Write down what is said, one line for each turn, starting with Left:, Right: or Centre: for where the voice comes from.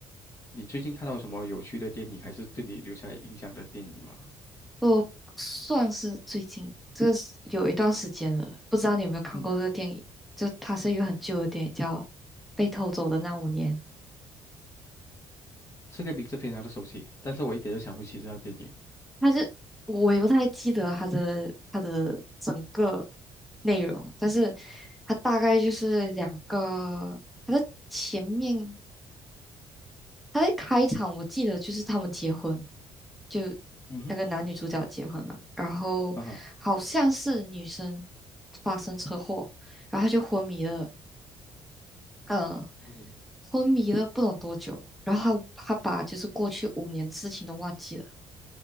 Left: 你最近看到什么有趣的电影，还是对你留下印象的电影吗？
Centre: 我算是最近，这个是有一段时间了，不知道你有没有看过这个电影？
Left: 嗯，
Centre: 就它是一个很旧的电影，叫《被偷走的那五年》。
Left: 这个名字非常的熟悉，但是我一点都想不起这套电影。
Centre: 它是我也不太记得它的它的整个内容，但是它大概就是两个，它的前面他在开场，我记得就是他们结婚，就
Left: 嗯哼，
Centre: 那个男女主角结婚嘛，然后好像是女生
Left: 啊哈，
Centre: 发生车祸，然后他就昏迷了，呃，
Left: 哦
Centre: 昏迷了不懂多久，然后他他把就是过去五年事情都忘记了。